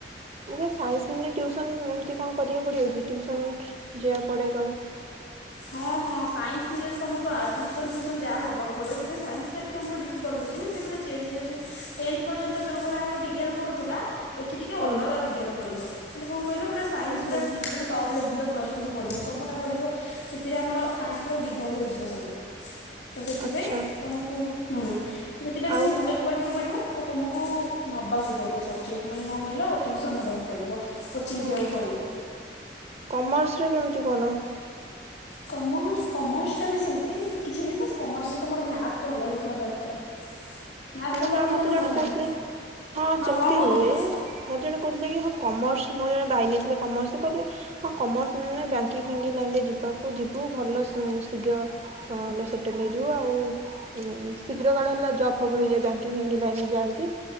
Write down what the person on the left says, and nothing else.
ହଁ ସାଇନ୍ସ ନେଲେ ତମକୁ ଆ ଟ୍ୟୁସନ ଫ୍ୟୁସନ ଯାହା ହବାକୁ ପଡିବ ବିକଜ୍ ସାଇନ୍ସ ଟା ଟିକେ ଆମର ଡିଫିକଲ୍ଟ ହଉଛି ନା ସେପୁରା ଚେଞ୍ ହେଇଯାଉଛି ଟେନଥ ପର୍ଯ୍ୟନ୍ତ ଯୋଉ ଭଳିଆ ଆମର ବିଜ୍ଞାନ ପଡୁଥିଲା ଏଠି ଟିକେ
ଅଲଗା ବିଜ୍ଞାନ ପଡିବ। ମାନେ କଣ କହିଲ ପୁରା ସାଇନ୍ସ
ପୁରା ତମେ ଟପ୍ ଲେବଲର ପ୍ଲସ୍ ଟୁରୁ ପଢ଼ିବ ସବୁଟା ପଢ଼ିବ ସେଥିରେ ଆମର ସାଇନ୍ସ ଗୁଡ଼ା ଡିଭାଇଡ଼୍ ହେଇଯିବ ସବୁ ତ ସେଥିପାଇଁ
ତମକୁ ହୁଁ। ସେଥିପାଇଁ ତମକୁ
ଭଲକି ପଢିବାକୁ ପଡିବ ତ ତମୁକୁ ନବାକୁ ପଡ଼ିବ ସବଜେକ୍ଟ ମାନେ କଣ କହିଲ ଟ୍ୟୁସନ୍ ନବାକୁ ପଡ଼ିବ। କୋଚିଂ
ଯିବାକୁ ପଡ଼ିବ
କମର୍ସ କମର୍ସଟା ବି ସେମିତି କିଛି ନାହିଁ ବା କମର୍ସରେ ତମର ମ୍ୟାଥ୍ ଭଲ ହଉଥିବା ଦରକାର। ମ୍ୟାଥ୍
ଭଲ ହୁଏ
ନା ତମର
ନାଇଁ
କଣ କହୁଥିଲେ?